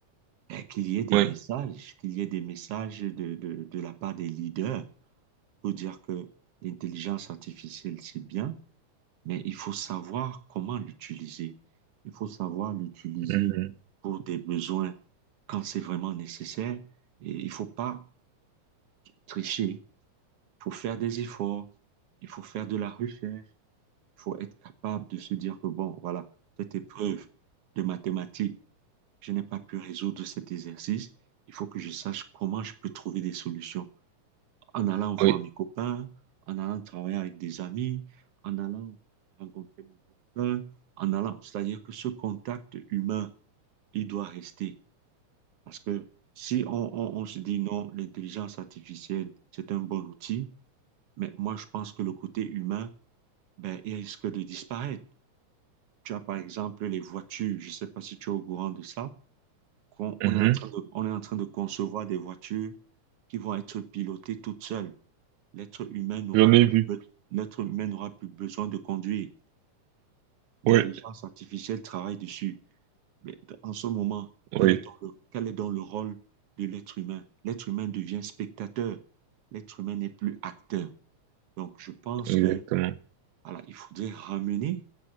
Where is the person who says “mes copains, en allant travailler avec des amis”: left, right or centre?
Right